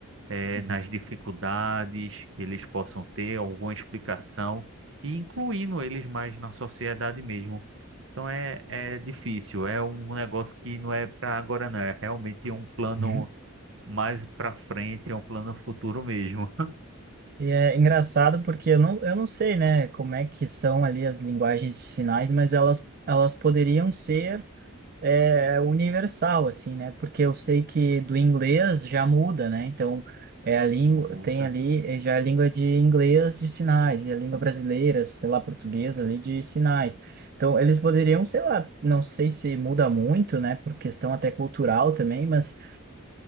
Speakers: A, on the right; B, on the right.
A: eh,
B: Uhum.
A: nas dificuldades que eles possam ter, alguma explicação, e incluindo eles mais na sociedade mesmo. Então é, é difícil, é um negócio que não é para agora, não, é realmente um plano
B: Uhum.
A: mais para frente, é um plano futuro mesmo.
B: E é engraçado porque eu não, eu não sei, né, como é que são ali as linguagens de sinais, mas elas, elas poderiam ser é, universal, assim, né? Porque eu sei que do inglês já muda, né? Então, é a língua,
A: <laughs> Muda.
B: tem ali eh, já é a língua de inglês de sinais, e a língua brasileira, sei lá, portuguesa ali de sinais. Então, eles poderiam, sei lá, não sei se muda muito, né, por questão até cultural também, mas